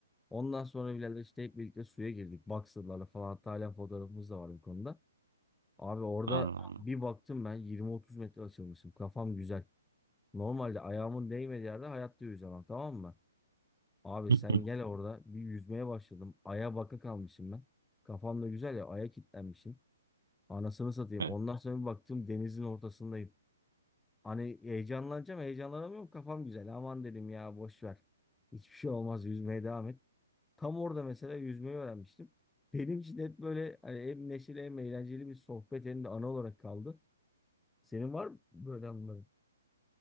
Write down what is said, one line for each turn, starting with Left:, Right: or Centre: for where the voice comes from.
Centre: Ondan sonra birader işte hep birlikte suya girdik. Boxer'larla falan hatta halen fotoğrafımız da var bu konuda. Abi orada
Right: Anladım.
Centre: bir baktım ben 20-30 metre açılmışım. Kafam güzel. Normalde ayağımın değmediği yerde hayatta yüzemem tamam mı? Abi
Right: Hı
Centre: sen
Right: hı.
Centre: gel orada bir yüzmeye başladım. Aya baka kalmışım ben. Kafam da güzel ya aya kilitlenmişim. Anasını satayım.
Right: Evet.
Centre: Ondan sonra bir baktım denizin ortasındayım. Hani heyecanlanacağım heyecanlanamıyorum kafam güzel. Aman dedim ya boş ver. Hiçbir şey olmaz yüzmeye devam et. Tam orada mesela yüzmeyi öğrenmiştim. Benim için hep böyle hani hem neşeli hem eğlenceli bir sohbet hem de ana olarak kaldı. Senin var mı böyle anıların?